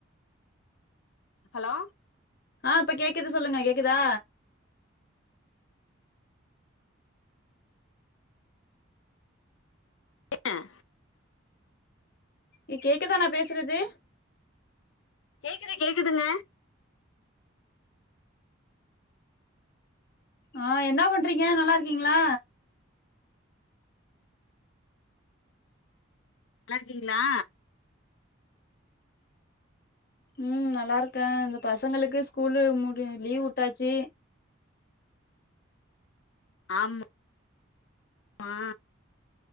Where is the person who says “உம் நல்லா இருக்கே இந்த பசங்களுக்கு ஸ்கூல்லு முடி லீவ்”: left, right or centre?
Left